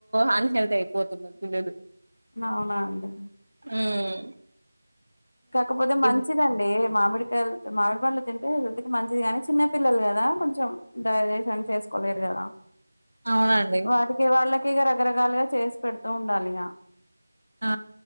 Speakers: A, on the right (about 80°); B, on the left (about 50°).
A: అన్ హెల్త్ అయిపోతున్నారు. పిల్లడు
B: అవునా అండి
A: ఉమ్
B: కాకపోతే మంచిదండి
A: ఇప్
B: మామిడికాయలు మామిడిపళ్ళ తింటే హెల్త్ కి మంచిది గాని, చిన్న పిల్లలు కదా. కొంచెం డైజేషన్ చేసుకోలేరు కదా.
A: అవునండి
B: వాడక వాల్లే ఇక రకరకాలుగా చేసి పెడుతూ ఉండాలి ఇక
A: ఆ